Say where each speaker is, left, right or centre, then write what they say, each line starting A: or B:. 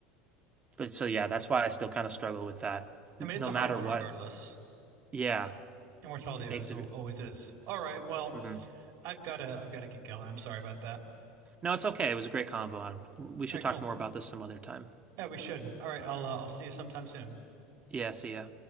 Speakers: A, on the right; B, on the right.
A: But so yeah, that's why I still kind of struggle with that
B: I mean, it's
A: no
B: a
A: matter
B: hard one
A: what.
B: regardless.
A: Yeah,
B: Immortality
A: it
B: is
A: makes
B: al-
A: it
B: always is. All right. Well,
A: mhm.
B: I've gotta I've gotta get going. I'm sorry about that.
A: No, it's okay. It was a great convo. We should
B: All right,
A: talk
B: cool.
A: more about this some other time.
B: Yeah, we should. All right, I'll uh, I'll see you sometime soon.
A: Yeah, see ya.